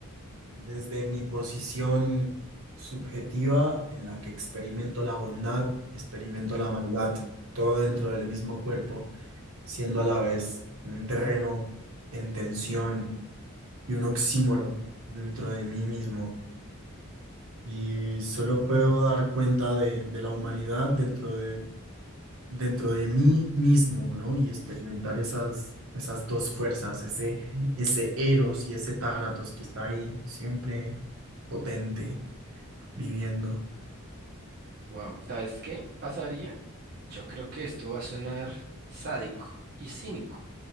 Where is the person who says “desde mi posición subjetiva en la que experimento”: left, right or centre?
Right